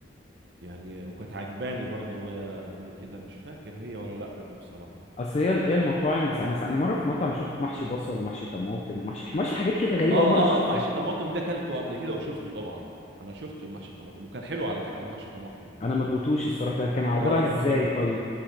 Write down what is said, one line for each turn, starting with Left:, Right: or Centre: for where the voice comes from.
Right: يعني وكانت عجباني برضو هي قبل كده مش فاكر هي ولا لا دي بصراحه
Left: اصل هي هي المطاعم بس انا انا مره في مطعم شفت محشي بصل ومحشي طماطم ومحشي محشي حاجات كده غريبه
Right: اه
Left: اول مره اشوفها
Right: اه محشي طماطم ده اكلته قبل كده وشفته طبعا انا شفت المحشي الطماطم وكان حلو على فكره المحشي الطماطم ده
Left: انا ما دقتوش الصراحه ده كان عباره
Right: لا لا
Left: عن
Right: كان
Left: ازاي
Right: حلو
Left: طيب